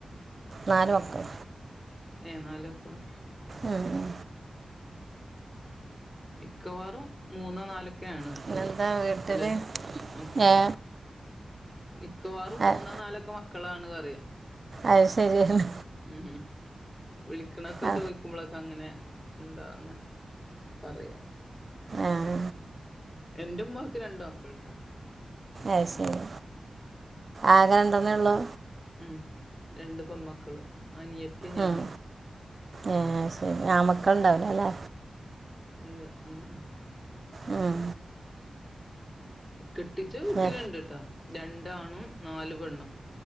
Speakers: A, on the right; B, on the left.
A: നാല് മക്കൾ
B: ഏഹ് നാല് മക്കളാ
A: ഉ
B: മിക്കവാറും മൂന്നോ നാലൊക്കെണ്
A: പിന്നെന്താ വീട്ടിൽ
B: അല്ലെ മക്കള്
A: ഏ
B: മിക്കവാറും മൂന്നോ
A: അ-
B: നാലൊക്ക മക്കളാണ് പറയും
A: അത് ശരിയാണ്
B: ഉഉം വിളിക്കണൊക്കെ
A: ആ,
B: ചോയ്ക് ക്കുമ്പളൊക്കങ്ങനെ ന്താ അങ്ങനെ പറയാ
A: ആഹ്
B: എന്റുമ്മാക്ക് രണ്ട് മക്കൾട്ടോ
A: അയ് ശരി ആക രണ്ടെണ്ണേ ഒള്ളൂ
B: ഉം രണ്ട് പെമ്മക്കള് അനിയത്തി ഞാനും
A: ഉം, ഏ ശെരി ആമക്കള് ണ്ടാവുലലേ
B: ഇല്ല ഊ ഊ
A: ഉം
B: കെട്ടിച്ച വീട്ടില്
A: ഏ,
B: ണ്ട്ട്ടാ രണ്ടാണും നാല് പെണ്ണും